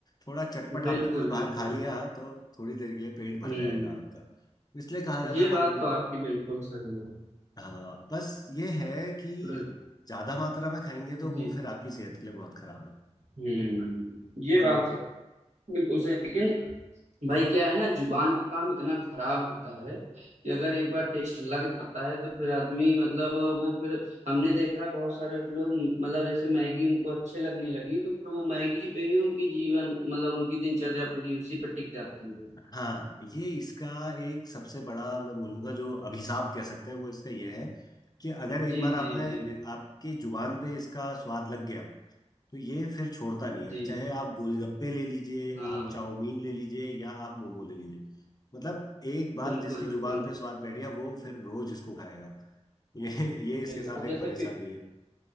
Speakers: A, on the left; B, on the right.
A: थोड़ा चटपट
B: बिल्कुल
A: आपने कुछ
B: बिल्कुल
A: बाहर खा लिया तो थोड़ी देर के लिए पेट भर
B: हम्म
A: जाएगा आपका इसलिए कहा जाता
B: ये
A: है फास्ट
B: बात
A: फूड
B: तो आपकी बिल्कुल सही है
A: हाँ बस ये है कि
B: बिल्कुल
A: ज्यादा मात्रा में खाएंगे तो वो
B: जी
A: फिर आपकी सेहत के लिए बहुत खराब है
B: हम्म ये
A: और
B: बात बिल्कुल सही लेकिन भाई क्या है ना जुबान का काम इतना खराब होता है कि अगर एक बार टेस्ट लग जाता है तो फिर आदमी मतलब वो फिर हमने देखा है बहुत सारे लोग मतलब जैसे मैगी उनको अच्छे लगने लगी तो फिर वो मैगी पे ही उनकी जीवन मतलब उनकी दिनचर्या पूरी उसी पे टिक जाती है
A: हाँ ये इसका एक सबसे बड़ा मैं बोलूंगा जो अभिशाप कह सकते हैं वो इसका ये है कि अगर एक
B: जी
A: बार आपने
B: जी जी
A: आपकी जुबान पे इसका स्वाद लग गया तो ये फिर छोड़ता नहीं
B: जी
A: है चाहे आप गोलगप्पे ले लीजिए
B: हाँ
A: आप चाउमीन ले लीजिए या आप मोमो ले लीजिए मतलब एक बार
B: बिल्कुल
A: जिसकी जुबान
B: बिल्कुल
A: पे स्वाद बैठ गया वो फिर रोज इसको खाएगा ये ये इसके
B: बिल्कुल
A: साथ
B: अब
A: एक
B: जैसे
A: परेशानी है